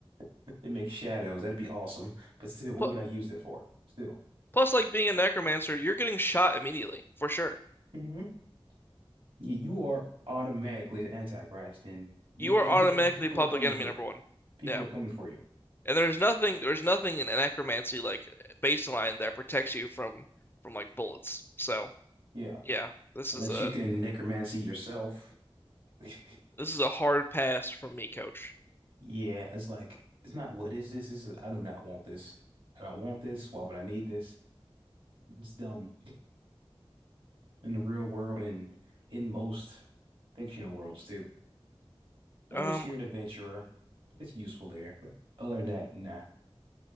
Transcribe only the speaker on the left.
Plus,
plus, like being a necromancer, you're getting shot immediately for sure.
You
are automatically
public
enemy
number one.
Yeah,
and there's nothing there's nothing in necromancy like baseline that protects you from from like bullets. So
yeah, this
is a
This is a hard pass from me, coach.
Um,